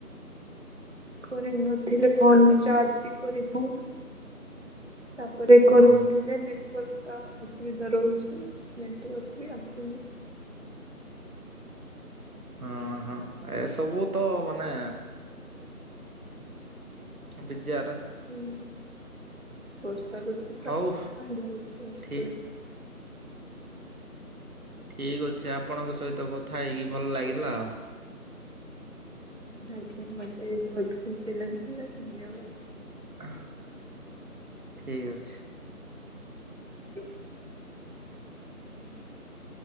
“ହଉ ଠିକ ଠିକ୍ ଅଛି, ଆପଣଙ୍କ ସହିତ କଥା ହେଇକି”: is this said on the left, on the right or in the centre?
Right